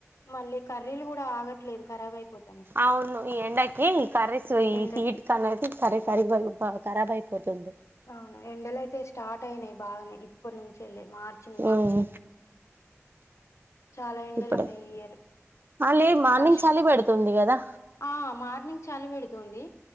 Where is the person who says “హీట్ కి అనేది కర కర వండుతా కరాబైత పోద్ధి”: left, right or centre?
Right